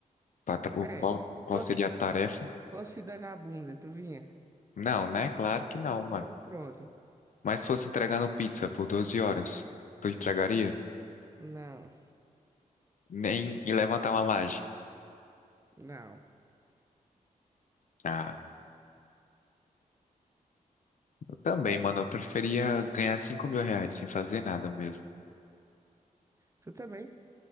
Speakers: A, on the left; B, on the right.
A: Pra tra- O
B: É.
A: qual, qual
B: Tô,
A: seria a tarefa?
B: Fosse dar na bunda, tu vinha?
A: Não, né? Claro que não,
B: Então,
A: mano.
B: então pronto.
A: Mas se fosse entregando pizza por 12 horas, tu entregaria?
B: Não,
A: Nem e levantar uma laje.
B: não.
A: Ah, eu também, mano. Eu preferia ganhar 5 mil reais sem fazer nada mesmo.
B: Tu também?